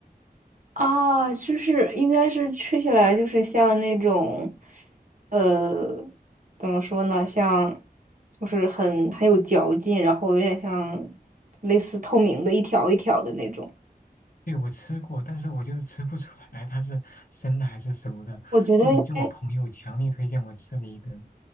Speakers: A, on the right; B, on the left.
A: 啊，就是应该是吃起来就是像那种，呃，怎么说呢，像就是很很有嚼劲，然后有点像类似透明的一条一条的那种。
B: 对，我吃过，但是我就是吃不出来它是生的还是熟的。
A: 我觉得应该
B: 就我就我朋友强力推荐我吃了一根，